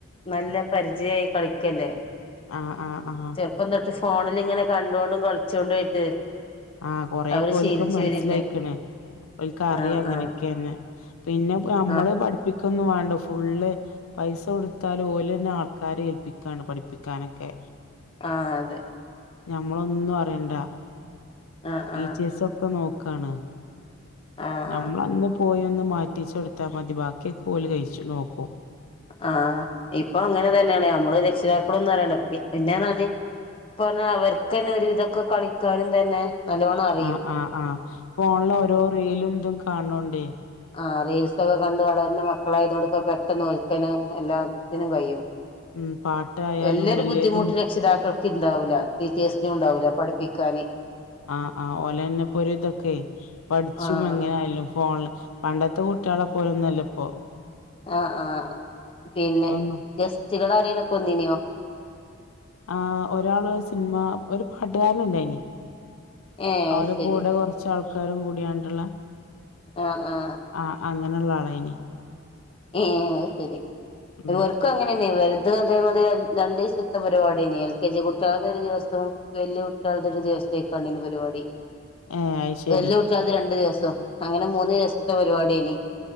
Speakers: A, on the left; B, on the left.
A: നല്ല പരിചയയി കളിക്കല്ലേ
B: ആ ആഹ് ആഹ
A: ചെറപ്പം തിട്ട് ഫോണിൽ ഇങ്ങനെ കണ്ടുകൊണ്ടും കളിച്ചോണ്ടും ആയിട്ട്
B: ആഹ കൊറെക്കെ
A: അവര്
B: ഒൾക്കും
A: ശീലിച്ചു
B: മനസ്സിലായിക്കണ്
A: വരില്ലേ
B: ഒക്ക് അറിയ
A: ആഹ്
B: അങ്ങനെയൊക്കെയന്ന്.
A: ആഹ്
B: പിന്നെ നമ്മള്
A: ആഹ്
B: പഠിപ്പിക്കൊന്നും വേണ്ട ഫുള്ള് പൈസ കൊടുത്താലും ഓലെ തന്നെ ആൾക്കാരെ ഏൽപ്പിക്കാണ് പഠിപ്പിക്കാനൊക്കെ
A: ആ അതെ
B: ഞമ്മളൊന്നും അറിയണ്ട
A: ആഹ്
B: ടീച്ചേഴ്സ്
A: ആഹ്
B: ഒക്കെ നോക്കാണ്.
A: ആഹ്
B: നമ്മളന്ന്
A: ആഹ്
B: പോയി ഒന്ന് മാറ്റിച്ചു കൊടുത്താൽ മതി ബാക്കിയ ക കോലി കഴിച്ചു നോക്കൂ
A: ആഹ ഇപ്പൊ അങ്ങനെ തന്നെയാണ് ഞമ്മള് രക്ഷിതാക്കള ഒന്നും അറിയണ്ട പിന്നെയാണ് അത് അ അവർക്ക് തന്നെ ഒരു ഇതൊക്കെ കളിക്കാനും തന്നെ നല്ലോണരിം
B: ആഹ് ആഹ് ആ ഫോണില ഓരോ റീലും ഇതും കാണണോണ്ടേ
A: ആ റീൽസ് ഒക്കെ കണ്ട് വളരുന്ന മക്കളായതോണ്ട് ഇപ്പൊ പെട്ടന്ന് ഒൽക്ക്‌ തന്നെ എല്ലാത്തിനും കഴിയും.
B: ഉം പാട്ടായാലും
A: വല്യൊരു
B: അല്ലേതും
A: ബുദ്ധിമുട്ട് രക്ഷിതാക്കൾക്ക് ഇണ്ടാവില്ല ടീച്ചേഴ്സിനും ഉണ്ടാവില്ല പഠിപ്പിക്കാന്.
B: ആഹ് ആഹ് ഓലെന്നെപ്പോ ഒരു ഇതൊക്കെ പഠിച്ചും
A: ആഹ്
B: എങ്ങനെ ആയാലും ഫോണില് പണ്ടത്തെ കുട്ടികളെ പോലൊന്നും അല്ല ഇപ്പോ
A: ആഹ ആഹ പിന്നെ
B: ഇപ്പൊന്നും
A: ഗസ്റ്റുകൾ ആരെേങ്കിലും ഒക്കെ വന്നിനെയോ?
B: ആ ഒരാള് സിനിമ ഒരു പാട്ടുകാരൻ ഇണ്ടായിനി
A: ഏഹ്
B: അവരടെ
A: അത് ശരി
B: കൂടെ കൊറച്ച ആൾക്കാരും കൂടിയണണ്ടുള്ള
A: ആഹ് ആഹ്
B: ആഹ് അങ്ങനെള്ള ആളെനി
A: ഏഹ് അയ്ശരി
B: ഉം
A: ഇവർക്കും അങ്ങനെ വലുതും അതേ അതേ രണ്ട് ദിവസത്തെ പരിപാടനി എൽ കെ ജി കുട്ട്യാൾടെ ഒരു ദിവസവും വല്യ മറ്റാത്തൊരു ദിവസത്തേക്കാണ് ഇനി പരിപാടി
B: ഏ അത് ശരി
A: വല്യ കുട്ട്യാത് രണ്ടു ദിവസം അങ്ങനെ മൂന്ന് ദിവസത്തെ പരിപാടനി